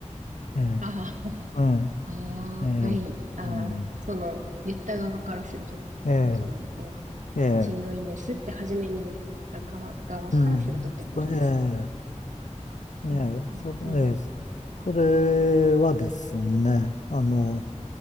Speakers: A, on the left (about 75°); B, on the right (about 80°).
A: ええ、
B: あ
A: うん、
B: あ、ああ、
A: ええ、
B: はい、ああ、
A: うん、
B: その、言った側からすると、
A: ええ、
B: その、その、
A: ええ、
B: しんどいんですって初めに言った側、側からするとってことですか。
A: うん、ええ、ええ、
B: おお、
A: そ、
B: おお、
A: ええ、それはですね、あの、